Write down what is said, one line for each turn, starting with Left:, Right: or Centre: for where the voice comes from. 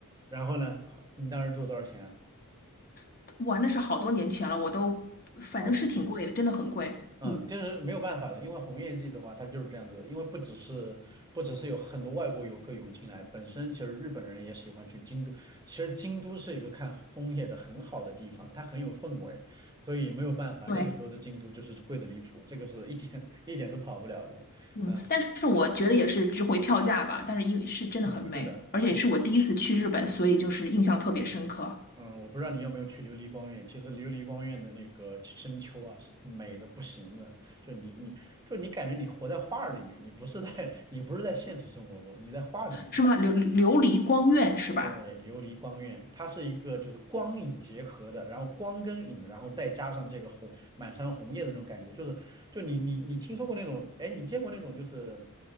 Right: 然后呢？好你当时做多少钱啊？
Left: <laughs> 哇，那是好多年前了，我都反正是挺贵的，
Right: 啊，不记得。
Left: 真的很贵，
Right: 嗯，
Left: 嗯，
Right: 就是没有办法的，因为红叶季的话，它就是这样子的。因为不只是不只是有很多外国游客涌进来，本身其实日本人也喜欢去京都。其实京都是一个看枫叶的很好的地方，它很有氛围，所以没有办法。
Left: 对，
Right: 那个时候的京都就是贵的离谱，这个是一点 <laughs> 一点都跑不了的。
Left: 嗯，
Right: 嗯
Left: 但是我觉得也是值回票价吧。但是因为是真的很美，
Right: 嗯，是的，
Left: 而且是我第一次去日本，
Right: 是。
Left: 所以就是印象特别深刻，
Right: 嗯，我不知道你有没有去琉璃光院。其实琉璃光院的那个深秋啊，是美的不行了。就你你就你感觉你活在画儿里面，你不是在 <laughs> 你不是在现实生活中，你在画里面。
Left: 是吗？琉琉璃光院是吧？
Right: 对，琉璃光院，它是一个就是光影结合的，然后光跟影，然后再加上这个红满山红叶的那种感觉，就是就你你你听说过那种，哎，你见过那种就是